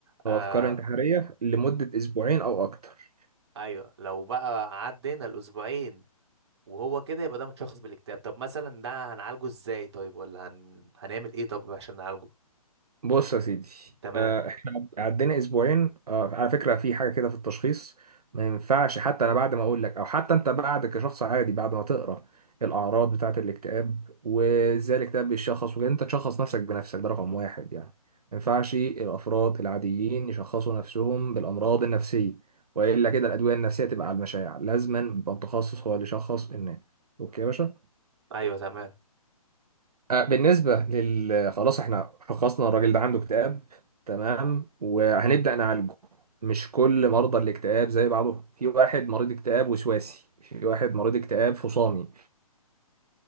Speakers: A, on the right; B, on the right.
A: آه
B: او افكار انتحاريه لمده اسبوعين او اكتر
A: ايوه لو بقى عدينا الاسبوعين وهو كده يبقى ده متشخص بالاكتئاب طب مثلا ده هنعالجه ازاي طيب ولا هن... هنعمل ايه طب عشان نعالجه
B: بص يا سيدي
A: تمام
B: آه، احنا عدينا اسبوعين آه، على فكره في حاجه كده في التشخيص ما ينفعش حتى انا بعد ما اقول لك او حتى انت بعد كشخص عادي بعد ما تقرا الاعراض بتاعه الاكتئاب وازاي الاكتئاب بيتشخص وكده انت تشخص نفسك بنفسك ده رقم واحد يعني ما ينفعش الافراد العاديين يشخصوا نفسهم بالامراض النفسيه والا كده الادويه النفسيه تبقى على المشاع لازما يبقى متخصص هو اللي يشخص الناس اوكي يا باشا
A: ايوه تمام
B: آه، بالنسبة لل خلاص احنا شخصنا الراجل ده عنده اكتئاب تمام وهنبدأ نعالجه مش كل مرضى الاكتئاب زي بعضهم في واحد مريض اكتئاب وسواسي في واحد مريض اكتئاب فصامي